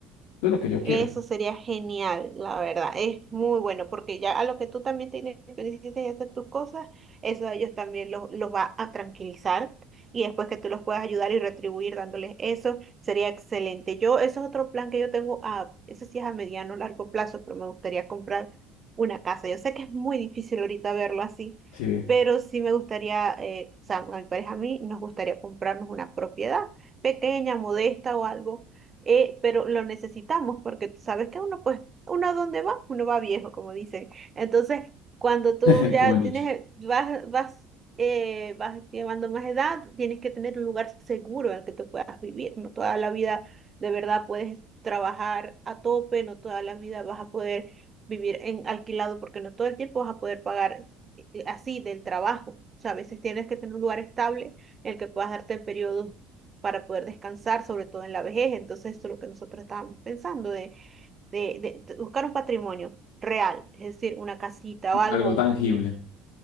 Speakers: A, on the left (about 75°); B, on the right (about 30°).
A: Eso es lo que yo quiero.
B: Eso sería genial, la verdad. Es muy bueno porque ya a lo que tú también te independices y hacer tus cosas, eso a ellos también los, los va a tranquilizar y después que tú los puedas ayudar y retribuir dándoles eso, sería excelente. Yo, eso es otro plan que yo tengo a, eso sí es a mediano, largo plazo, pero me gustaría comprar una casa. Yo sé que es muy difícil ahorita verlo así,
A: Sí,
B: pero sí me gustaría, eh, o sea, a mi pareja a mí nos gustaría comprarnos una propiedad pequeña, modesta o algo eh, pero lo necesitamos porque tú sabes que uno, pues, uno a dónde va, uno va viejo, como dicen. Entonces, cuando tú
A: <laughs> qué
B: ya
A: buen dicho.
B: tienes, vas, vas, eh, vas llevando más edad, tienes que tener un lugar seguro en el que tú puedas vivir. No toda la vida de verdad puedes trabajar a tope, no toda la vida vas a poder vivir en alquilado porque no todo el tiempo vas a poder pagar eh, así del trabajo. O sea, a veces tienes que tener un lugar estable en el que puedas darte en periodos para poder descansar, sobre todo en la vejez. Entonces, esto es lo que nosotros estábamos pensando, de, de, de buscar un patrimonio real, es decir, una casita o algo,
A: Algo
B: un-
A: tangible.
B: un-